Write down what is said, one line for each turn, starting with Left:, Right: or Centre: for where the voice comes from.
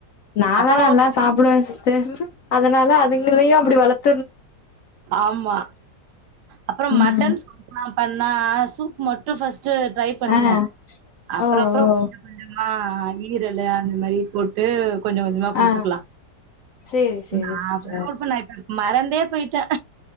Left: நாலா
Right: அப்புறோ
Left: நல்லா சாப்டுவே சிஸ்டர் அதனால அதுங்களையு அப்டி வளத்
Right: ஆமா அப்பறோ
Left: ம்
Right: மட்டன் ன்னா பண்ணா சூப் மட்டு ஃபர்ஸ்ட் ட்ரை பண்ணுங்க
Left: ஆ
Right: அப்பறோ
Left: ஓ
Right: அப்பறோ
Left: ஓ
Right: ஆ ஆ ஈரலு அந்த மாரி போட்டு கொஞ்ச கொஞ்சமா குடுத்துக்கலா
Left: ஆ சேரி சேரி
Right: நா
Left: சிஸ்டர்
Right: அப்டிதா குடுப்பே நா இப்ப மறந்தே போயிட்டே